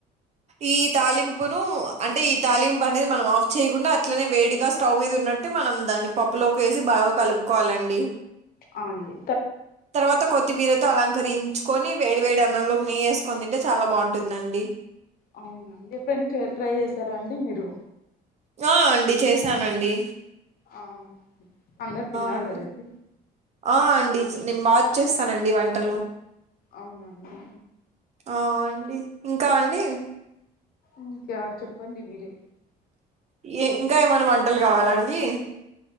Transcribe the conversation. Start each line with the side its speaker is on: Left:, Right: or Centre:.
Right: ఈ తాలింపును అంటే ఈ తాలింపు అనేది మనం ఆఫ్ చేయకుండా అట్లనే వేడిగా స్టవ్ మీద ఉన్నట్టు నట్టు మనం దాన్ని పప్పులోకి వేసి బాగా కలుపుకోవాలండి.
Left: ఆ అండి
Right: తర్వాత కొత్తిమీరతో అలం కరించుకొని వేడి వేడి అన్నంలోకి నెయ్యి వేసుకొని తింటే చాలా బాగుంటుందండి.
Left: అవున అండి ఎప్పుడై ట్రై చేసారా అండి మీరు
Right: ఆ అండి చేసానండి
Left: ఆ అందరు తిన్నారు
Right: అండి
Left: కదండి
Right: ఆ అండి నేను బా చేస్తానండి వంటలు
Left: అవునండి
Right: ఆ అండి ఇంకా అండి
Left: ఇంకా చెప్పండి మీరే
Right: ఏ ఇంకా ఏమైన్నా వంటలు కావాలాండీ